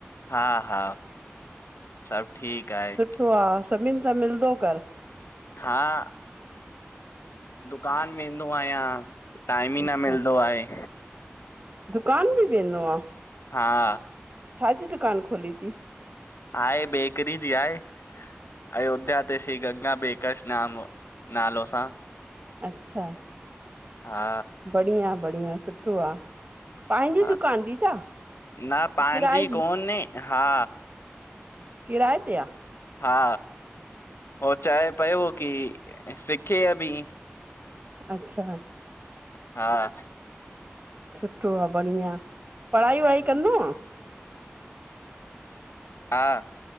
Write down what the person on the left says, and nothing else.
हा हा। सभु ठीक आहिन।
हा, दुकान वेंदो आहियां। टाइम
ई न मिलदो आहे।
हा।
आहे बेकरी जी आहे। अयोध्या ते, श्री गंगा बेकर्स नाम नालो सां।
हा
हा
न पंहिंजी
कोन्हे हा
हा। हो चए पियो की सिखे बि
हा।
हा।